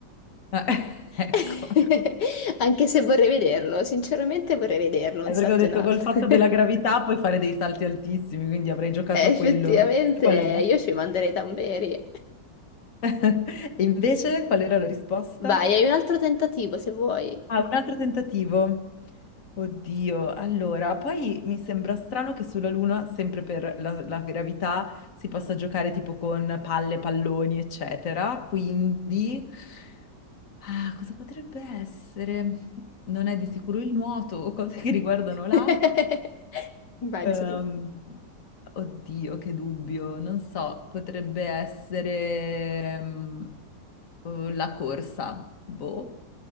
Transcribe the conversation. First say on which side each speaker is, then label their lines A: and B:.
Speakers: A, on the left (about 45°); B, on the left (about 70°).
A: Eh, <laughs>
B: <laughs>
A: ecco.
B: Anche se vorrei vederlo, sinceramente vorrei vederlo,
A: È
B: un salto
A: perché ho detto
B: in alto.
A: col fatto
B: <laughs>
A: della gravità puoi fare dei salti altissimi, quindi avrei giocato
B: Eh,
A: a
B: Effettivamente
A: quello. Qual è?
B: io ci manderei i tamberi.
A: <laughs> E invece qual era la risposta?
B: Vai, hai un altro tentativo se vuoi.
A: Ah, un altro tentativo. Oddio, allora, poi mi sembra strano che sulla Luna, sempre per la, la gravità, si possa giocare tipo con palle, palloni, eccetera. Quindi, ah, cosa potrebbe essere? Non è di sicuro il nuoto o cose che riguardano l'acqua.
B: <laughs> Immagini.
A: Ehm, oddio, che dubbio, non so, potrebbe essere ehm, eh, la corsa, boh.